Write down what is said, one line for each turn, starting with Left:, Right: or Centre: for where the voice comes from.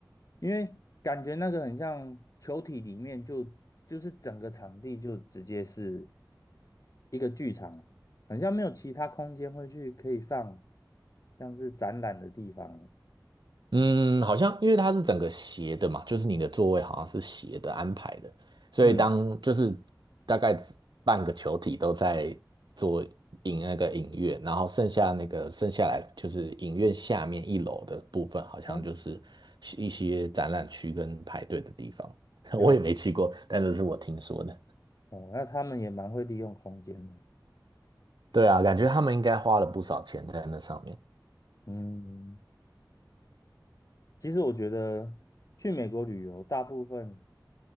Left: 因为感觉那个很像球体里面就就是整个场地就直接是一个剧场，很像没有其他空间会去可以放像是展览的地方。
Right: 嗯，好像因为它是整个斜的嘛，就是你的座位好像是斜的安排的，所以当就是
Left: 嗯，
Right: 大概只半个球体都在做影那个影院，然后剩下那个剩下来就是影院下面一楼的部分，好像就是
Left: 哦，
Right: 一些展览区跟排队的地方。
Left: 了
Right: <laughs> 我也没去过，但这是我听说的。
Left: 哦，那他们也蛮会利用空间的。
Right: 对啊，感觉他们应该花了不少钱在那上面。
Left: 嗯，其实我觉得去美国旅游，大部分